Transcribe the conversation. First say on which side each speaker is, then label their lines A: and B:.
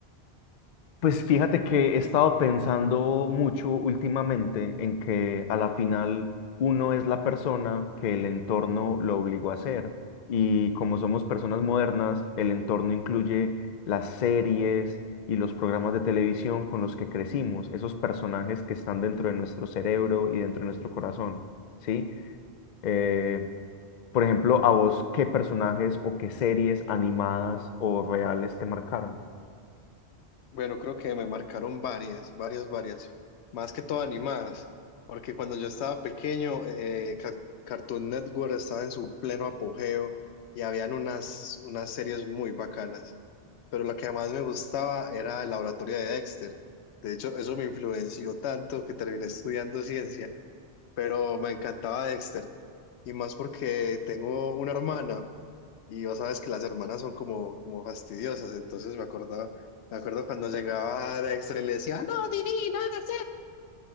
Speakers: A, on the left; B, on the left.
A: Pues fíjate que he estado pensando mucho últimamente en que a la final uno es la persona que el entorno lo obligó a ser. Y como somos personas modernas, el entorno incluye las series y los programas de televisión con los que crecimos, esos personajes que están dentro de nuestro cerebro y dentro de nuestro corazón, ¿sí? Eh, por ejemplo, a vos, ¿qué personajes o qué series animadas o reales te marcaron?
B: Bueno, creo que me marcaron varias, varias, varias. Más que todo animadas. Porque cuando yo estaba pequeño, eh, Ca- Cartoon Network estaba en su pleno apogeo y habían unas, unas series muy bacanas. Pero la que más me gustaba era el laboratorio de Dexter. De hecho, eso me influenció tanto que terminé estudiando ciencia. Pero me encantaba Dexter. Y más porque tengo una hermana. Y vos sabes que las hermanas son como, como fastidiosas, entonces me acordaba, me acuerdo cuando llegaba de extra y le decía, no, Dini, no hagas